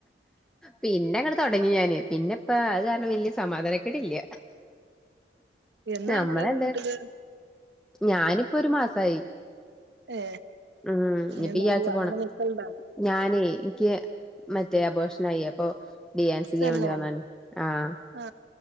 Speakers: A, in the centre; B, on the right.
A: പിന്നെ അങ്ങട്ട് തുടങ്ങി ഞാന് പിന്നെപ്പ അത് കാരണം വല്യ സമാധാനക്കെട് ഇല്ല
B: എന്നാ
A: ഞമ്മളെന്താ
B: വന്നതാ വീട്ടില്
A: ഞാനിപ്പൊ ഒരു മാസായി
B: ഏ
A: ഉം ഇനി ഇപ്പ
B: എന്നാ
A: ഈ ആഴ്ച
B: പോവാ
A: പോണം
B: അങ്ങനെ നിക്കലുണ്ടോ
A: ഞാനേ എനിക്ക് മറ്റേ അബോർഷൻ ആയി അപ്പൊ ഡിയാ സിയ്ൻ ചെയ്യാൻ
B: തന്നെ
A: വേണ്ടി വന്നതാണ് ആഹ്
B: ആ